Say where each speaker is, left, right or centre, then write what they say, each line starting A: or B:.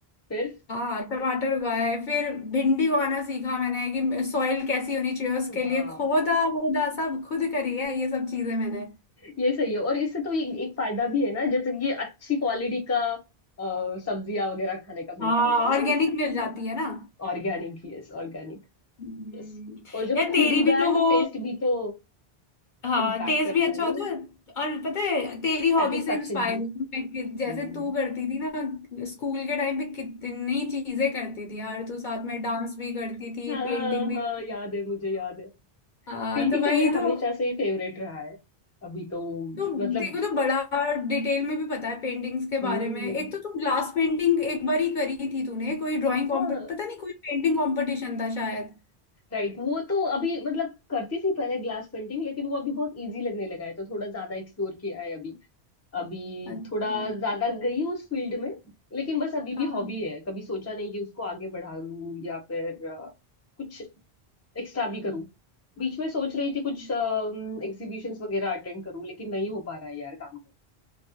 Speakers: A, on the left; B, on the left.
A: फिर
B: हाँ टमाटर उगाया है फिर भिंडी उगाना सीखा मैंने कि सॉइल कैसी होनी चाहिए उसके
A: वाह
B: लिए खोदा वोदा सब खुद करी है ये सब चीजें मैंने
A: ये सही है और इससे तो ये एक फायदा भी है ना जैसे कि ये अच्छी क्वालिटी का अ, सब्जियां वगैरह खाने का
B: हाँ
A: मिलता होगा
B: ऑर्गेनिक
A: ना
B: मिल जाती है ना
A: Organic yes ऑर्गेनिक
B: हम्म,
A: यस और जब
B: यार तेरी
A: खुद उगा
B: भी तो
A: है तो
B: वो
A: टेस्ट भी तो
B: हाँ
A: इम्पैक्ट
B: टेस्ट
A: करता
B: भी अच्छा
A: है
B: होता
A: ना
B: है और पता है तेरी हॉबी
A: सेटिस्फेक्शन
B: से इंस्पायर
A: भी
B: हूँ मैं कि- जैसे
A: हम्म।
B: तू करती थी ना स्कूल के टाइम पे कितनी चीजें करती थी यार तू साथ में डांस भी करती थी
A: हाँ
B: पेंटिंग भी
A: हाँ
B: करती
A: याद
B: थी।
A: है मुझे याद है
B: हाँ
A: पेंटिंग
B: तो वही
A: तो मेरा हमेशा
B: तो
A: से ही फेवरेट रहा है अभी तो
B: तो
A: मतलब
B: देखो तो बड़ा डिटेल में भी पता है पेंटिंग्स के
A: हम्म
B: बारे में एक तो तू ग्लास पेंटिंग एक बार ही करी थी तूने कोई ड्राइंग कॉम्पिट
A: हाँ
B: पता नहीं कोई पेंटिंग कंपटीशन था शायद
A: राइट वो तो अभी मतलब करती थी पहले ग्लास पेंटिंग लेकिन वो अभी बहुत इजी लगने लगा है तो थोड़ा ज्यादा एक्सप्लोर किया है अभी अभी
B: अच्छा
A: थोड़ा
B: हाँ
A: ज्यादा गई हूँ उस फील्ड में लेकिन बस अभी
B: हाँ
A: भी हॉबी है कभी सोचा नहीं कि उसको आगे बढ़ा लूँ या फिर अ, कुछ एक्स्ट्रा भी करूँ बीच में सोच रही थी कुछ
B: हाँ।
A: एग्जीबिशंस वगैरह अटेंड करूँ लेकिन नहीं हो पा रहा है यार काम